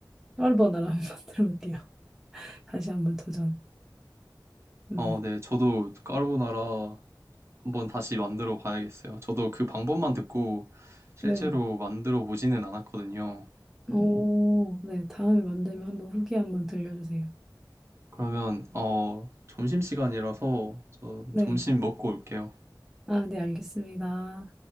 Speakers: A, in the centre; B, on the right.
A: 까르보나라 한번 <laughs> 만들어 볼게요. 다시 한번 도전. 네,
B: 어, 네. 저도 까르보나라 한번 다시 만들어 봐야겠어요. 저도 그 방법만 듣고 실제로
A: 네,
B: 만들어 보지는 않았거든요.
A: 오, 네 다음에 만들면 한번 후기 한번 들려주세요.
B: 그러면, 어, 점심시간이라서 저
A: 네,
B: 점심 먹고 올게요.
A: 아, 네 알겠습니다.